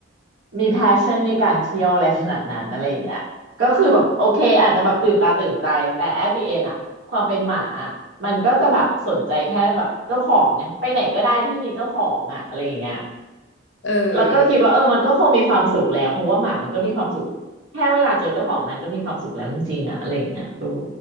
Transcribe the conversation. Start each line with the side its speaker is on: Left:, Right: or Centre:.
Right: มี passion ในการเที่ยวอะไรขนาดนั้นอะไรอย่างเงี้ยก็คือแบบโอเคอาจจะแบบตื่นตาตื่นใจแต่ at the end อะความเป็นหมาอะมันก็จะแบบสนใจแค่แบบเจ้าของไงไปไหนก็ได้ที่มีเจ้าของอะอะไรอย่างเงี้ย
Left: เออ
Right: แล้วก็คิดว่าเออมันก็คงมีความสุขแล้วเพราะว่าหมามันก็มีความสุขแค่เวลาเจอเจ้าของนั้นก็มีความสุขแล้วจริงๆอะอะไรอย่างเงี้ยเออ